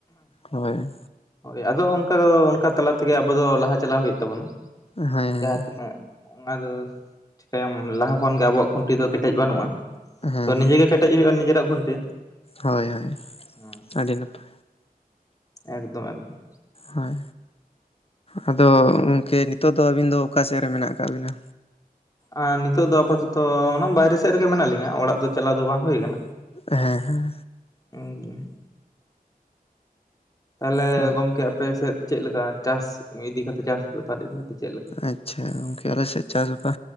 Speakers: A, on the left; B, on the left.
A: ᱦᱳᱭ᱾
B: ᱦᱳᱭ! ᱟᱫᱚ ᱚᱱᱠᱟ ᱫᱚ ᱚᱱᱠᱟ ᱛᱟᱞᱟ ᱛᱮᱜᱮ ᱟᱵᱚ ᱫᱚ ᱞᱟᱦᱟ ᱪᱟᱞᱟᱣ ᱦᱩᱭᱩᱜ ᱛᱟᱵᱚᱱᱟ,
A: ᱦᱮᱸ
B: ᱡᱟᱦᱟᱸ ᱛᱤᱱᱟᱹᱜ ᱚᱱᱟ ᱫᱚ ᱪᱤᱠᱟᱹᱭᱟᱢ ᱞᱟᱦᱟ ᱠᱷᱚᱱ ᱜᱮ ᱟᱵᱚᱣᱟᱜ ᱠᱷᱩᱸᱴᱤ ᱫᱚ ᱠᱮᱴᱮᱡ ᱵᱟᱹᱱᱩᱜᱼᱟ
A: ᱦᱮᱸ
B: ᱛᱚ᱾ ᱱᱤᱡᱮ ᱜᱮ ᱠᱮᱴᱮᱡ ᱦᱩᱭᱩᱜᱼᱟ, ᱱᱤᱡᱮᱨᱟᱜ ᱠᱷᱩᱱᱴᱤ᱾
A: ᱦᱳᱭ ᱦᱳᱭ,
B: ᱦᱩᱸ
A: ᱟᱹᱰᱤ ᱱᱟᱯᱟᱭ
B: ᱮᱠᱫᱚᱢ ᱮᱠᱫᱚᱢ᱾
A: ᱦᱳᱭ ᱟᱫᱚ ᱜᱚᱢᱠᱮ ᱱᱤᱛᱚᱜ ᱫᱚ ᱟᱹᱵᱤᱱ ᱫᱚ ᱚᱠᱟ ᱥᱮᱫ ᱨᱮ ᱢᱮᱱᱟᱜ ᱟᱠᱟᱜ ᱵᱤᱱᱟ?
B: ᱟᱨ ᱱᱤᱛᱚᱜ ᱫᱚ ᱟᱯᱟᱛᱚᱛᱚ ᱚᱱᱟ ᱵᱟᱭᱨᱮ ᱥᱮᱫ ᱨᱮᱜᱮ ᱢᱮᱱᱟᱜ ᱞᱤᱧᱟᱹ ᱚᱲᱟᱜ ᱫᱚ ᱪᱟᱞᱟᱣ ᱫᱚ ᱵᱟᱝ ᱦᱳᱭ ᱠᱟᱱᱟ᱾
A: ᱦᱮᱸ ᱦᱮᱸ
B: <unintelligible> ᱛᱟᱦᱞᱮ
A: ᱦᱳᱭ
B: ᱜᱚᱢᱠᱮ ᱟᱯᱮ ᱥᱮᱫ ᱪᱮᱫ ᱞᱮᱠᱟ ᱪᱟᱥ ᱤᱫᱤ ᱠᱟᱛᱮ ᱪᱟᱥ ᱵᱮᱯᱟᱨ ᱤᱫᱤ ᱠᱟᱛᱮ ᱪᱮᱫ ᱞᱮᱠᱟ?
A: ᱟᱪᱪᱷᱟ ᱜᱚᱝᱠᱮ ᱟᱞᱮ ᱥᱮᱫ ᱪᱟᱥ ᱵᱟ,